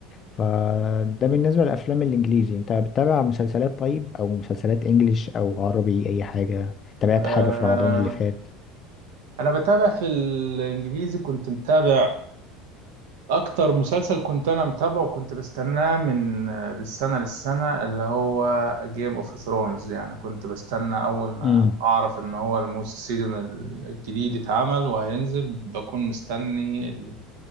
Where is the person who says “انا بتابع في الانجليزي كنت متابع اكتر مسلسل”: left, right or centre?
Right